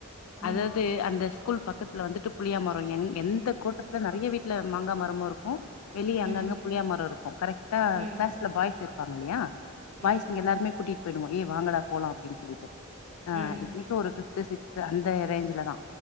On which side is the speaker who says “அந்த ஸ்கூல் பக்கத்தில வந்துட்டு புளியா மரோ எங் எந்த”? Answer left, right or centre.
Left